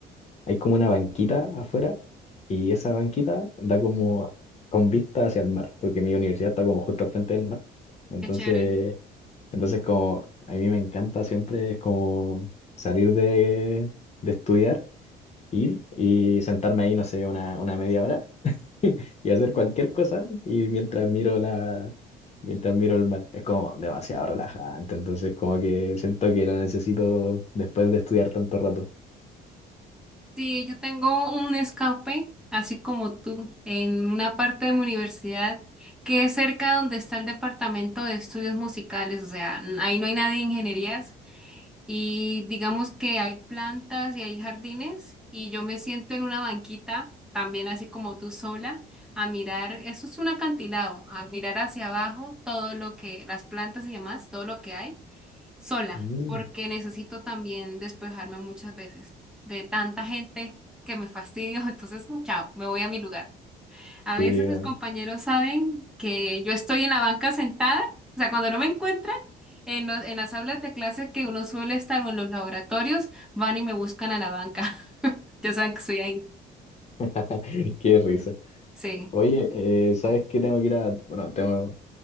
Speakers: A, on the left; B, in the centre.
A: hay como una banquita afuera y esa banquita da como con vista hacia el mar, porque mi universidad está como justo al frente del mar. Entonces,
B: Qué chévere.
A: entonces como a mí me encanta siempre es como salir de, de estudiar, ir y sentarme ahí, no sé, una, una media hora <laughs> y hacer cualquier cosa y mientras miro la mientras miro el mar es como demasiado relajante entonces como que siento que lo necesito después de estudiar tanto rato
B: Sí, yo tengo un escape, así como tú, en una parte de mi universidad que es cerca donde está el departamento de estudios musicales, o sea, n- ahí no hay nadie de ingenierías, Y digamos que hay plantas y hay jardines y yo me siento en una banquita, también así como tú sola, a mirar, eso es un acantilado, a mirar hacia abajo todo lo que, las plantas y demás, todo lo que hay, sola,
A: Mm,
B: porque necesito también despejarme muchas veces de tanta gente que me fastidio, <laughs> entonces, chao, me voy a mi lugar. A
A: sí,
B: veces
A: no.
B: mis compañeros saben que yo estoy en la banca sentada, o sea, cuando no me encuentran en los- en las aulas de clase que uno suele estar o en los laboratorios, van y me buscan a la banca. <laughs> Ya saben que estoy ahí.
A: <laughs> qué risa
B: Sí,
A: oye eh, sabes que tengo que ir a bueno tengo